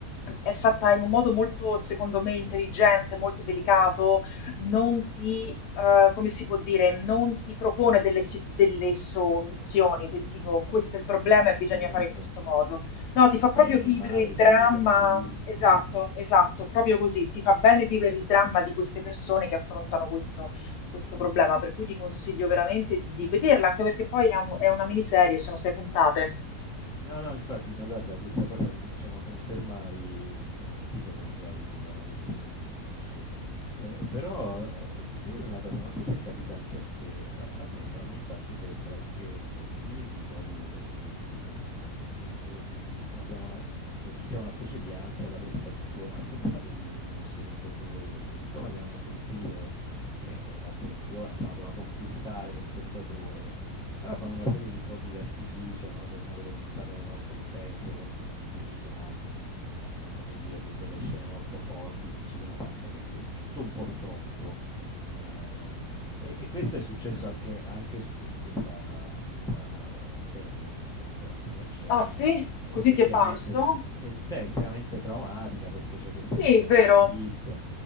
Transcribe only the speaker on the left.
È fatta in un modo molto, secondo me, intelligente, molto delicato, non ti, eh, come si può dire, non ti propone delle, si- delle soluzioni del tipo questo è il problema e bisogna
fare in questo modo. No, ti
fa proprio
vivere
il
dramma,
esatto,
esatto, proprio così, ti fa bene vivere il dramma di queste persone che affrontano questo questo problema, per cui ti consiglio veramente di vederla, anche perché poi è, un- è una miniserie, sono sei puntate.
Ah sì?
Così
ti è parso?
Sì,
vero.